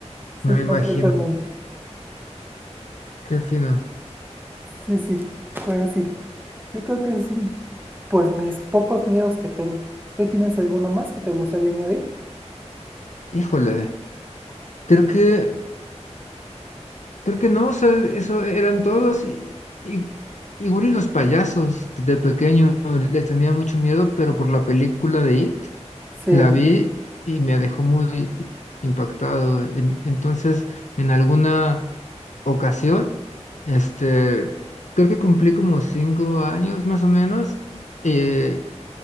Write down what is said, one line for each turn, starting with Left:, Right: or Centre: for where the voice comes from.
Right: Sí,
Left: me imagino.
Right: completamente.
Left: Qué fino.
Right: Sí, sí, fue así. Yo creo que es un, pues mis pocos miedos que tengo. ¿Tú tienes alguno más que te gustaría añadir?
Left: Híjole, creo que, creo que no, o sea, eso eran todos. Y, y, igual y los payasos de pequeño les tenía mucho miedo, pero por la película de It
Right: Sí,
Left: la vi y me dejó muy impactado. En- entonces, en alguna ocasión, este, creo que cumplí como cinco años más o menos eh,